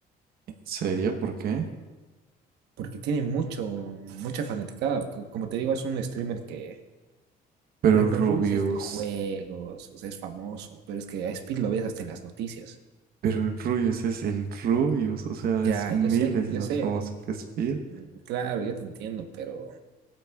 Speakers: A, on the right; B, on the right.
A: ¿en serio? ¿Por qué?
B: Porque tiene mucho, mucha fanaticada. Co- Como te digo, es un streamer que,
A: Pero
B: por
A: el
B: ejemplo,
A: Rubius,
B: el Rubius es de juegos, o sea, es famoso, pero es que a Speed lo ves hasta en las noticias.
A: pero el Rubius es el Rubius, o sea,
B: Ya,
A: es mil
B: yo sé,
A: veces
B: yo
A: más
B: sé.
A: famoso que Speed.
B: Mm, Claro, yo te entiendo, pero